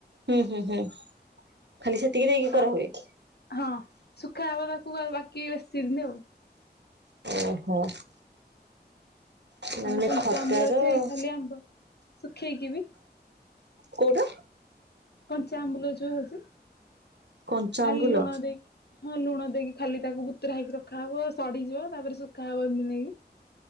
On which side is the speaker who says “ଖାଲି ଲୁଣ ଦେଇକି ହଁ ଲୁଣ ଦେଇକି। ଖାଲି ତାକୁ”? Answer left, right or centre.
Left